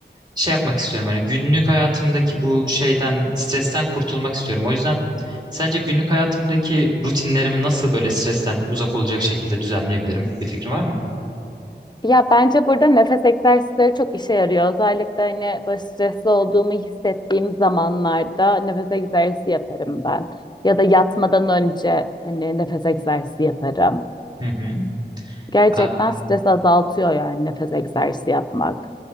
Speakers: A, on the right (about 25°); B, on the left (about 25°).
A: şey yapmak istiyorum. Hani günlük hayatımdaki bu şeyden, stresten kurtulmak istiyorum. O yüzden sence günlük hayatımdaki rutinlerimi nasıl böyle stresten uzak olacak şekilde düzenleyebilirim? Bir fikrin var mı?
B: Ya bence burada nefes egzersizleri çok işe yarıyor. Özellikle hani böyle stresli olduğumu hissettiğim zamanlarda nefes egzersizi yaparım ben. Ya da yatmadan önce hani nefes egzersizi yaparım.
A: Hı hı.
B: Gerçekten
A: Aa,
B: stres azaltıyor yani nefes egzersizi yapmak.